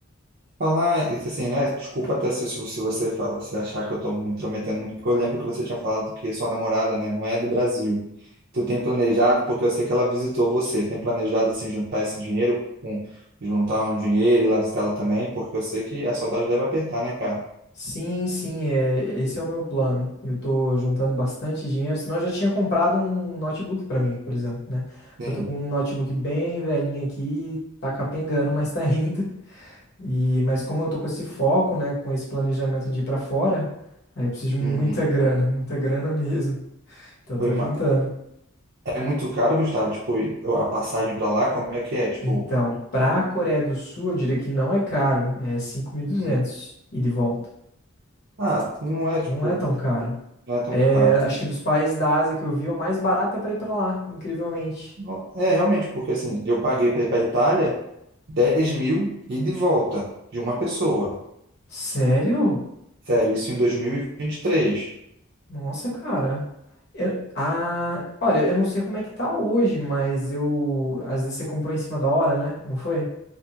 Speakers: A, on the right; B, on the left.
A: Falar, isso assim, né? Desculpa até se, se se você fala, se achar que eu tô me intrometendo muito, porque eu lembro que você tinha falado que sua namorada, né, não é do Brasil. Tu tem planejado, porque eu sei que ela visitou você, tem planejado, assim, juntar esse dinheiro, com, juntar um dinheiro e lá visitar ela também, porque eu sei que a saudade deve apertar, né, cara?
B: Sim, sim, é, esse é o meu plano. Eu tô juntando bastante dinheiro, senão eu já tinha comprado um notebook pra mim, por exemplo, né? Porque
A: Sim.
B: eu tô com um notebook bem velhinho aqui, tá capengando, mas tá <laughs> indo. E, mas como eu tô com esse foco, né, com esse planejamento de ir pra fora, aí eu preciso de muita
A: Uhum.
B: <laughs> grana, muita grana mesmo. Então eu
A: Foi
B: tô
A: uma-
B: juntando.
A: É muito caro, Gustavo, tipo, e a passagem pra lá, como é que é? Tipo,
B: Então, pra Coreia do Sul, eu diria que não é caro, é cinco mil e duzentos
A: uhum.
B: e de volta.
A: Ah, não é, tipo,
B: Não é tão caro.
A: não é tão
B: É,
A: caro.
B: acho que dos países da Ásia que eu vi, é o mais barato é pra ir pra lá, incrivelmente.
A: Não- É, realmente, porque assim, eu paguei pra ir pra Itália, 10 mil e de volta de uma pessoa.
B: Sério?
A: Sério, isso em dois mil e e vinte e três
B: Nossa, cara. Eu- ah, olha, eu não sei como é que tá hoje, mas eu. Às vezes você comprou em cima da hora, né? Não foi?